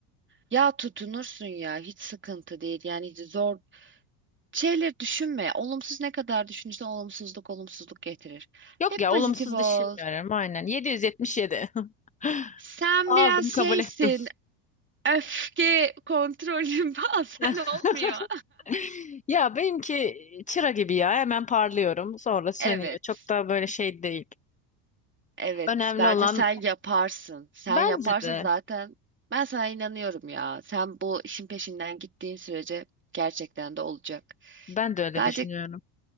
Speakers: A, on the right; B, on the left.
A: Ya tutunursun ya hiç sıkıntı değil. Yani hiç zor şeyler düşünme. Olumsuz ne kadar düşünürsen olumsuzluk olumsuzluk getirir.
B: Yok
A: Hep
B: ya
A: pozitif
B: olumsuz
A: ol.
B: düşünmüyorum aynen. 777. <laughs>
A: Sen
B: Aldım
A: biraz şeysin.
B: kabul ettim.
A: Öfke kontrolü <laughs> bazen
B: <laughs>
A: olmuyor.
B: Ya benimki çıra gibi ya hemen parlıyorum sonra sönüyor.
A: Evet.
B: Çok da böyle şey değil.
A: Evet.
B: Önemli
A: Bence
B: olan
A: sen yaparsın. Sen
B: bence
A: yaparsın
B: de
A: zaten. Ben sana inanıyorum ya. Sen bu işin peşinden gittiğin sürece gerçekten de olacak.
B: ben de öyle
A: Sadece
B: düşünüyorum.